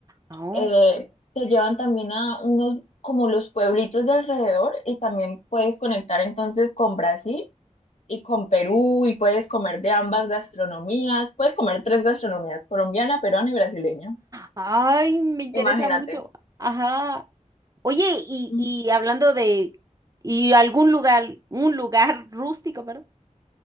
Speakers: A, on the right; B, on the left.
A: Oh.
B: eh, te llevan también a unos, como los pueblitos de alrededor y también puedes conectar entonces con Brasil y con Perú y puedes comer de ambas gastronomías, puedes comer tres gastronomías, colombiana, peruana y brasileña,
A: Ay, me interesa
B: imagínate.
A: mucho. Ajá. Oye, y,
B: Ujú.
A: y hablando de y algún lugar, un lugar rústico, ¿verdad?